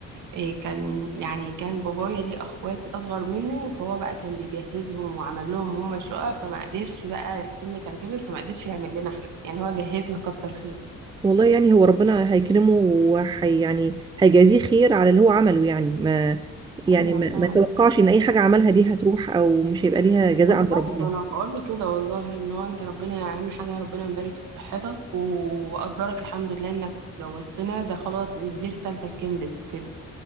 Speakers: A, on the right (about 80°); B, on the right (about 15°).
A: إيه، كان يعني كان بابايا ليه أخوات أصغر منه فهو بقى كان بيجهزهم وعمل لهم هم شقة فما قدرش بقى السن كان كبر فما قدرش يعمل لنا احنا يعني هو جهزنا كتر خير
B: والله يعني هو ربنا هيكرمه وحي يعني هيجازيه خير على اللي هو عمله يعني ما يعني
A: أيوة
B: ما,
A: فعلا
B: ما توقعش ان اي حاجه عملها دي هتروح او مش هيبقى ليها جزاء
A: بالظبط
B: عند ربنا
A: انا بقول له كده والله ان هو انت ربنا اهم حاجه ربنا يبارك في صحتك وقدرك الحمد لله انك اتجوزتنا ده خلاص دي رسالتك كملت كده